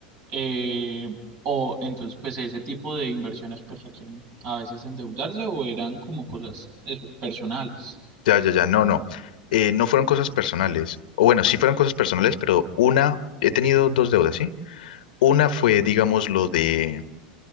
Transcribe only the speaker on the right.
eh, o entonces pues ese tipo de inversiones pues requieren a veces endeudarse o eran como cosas eso, personales.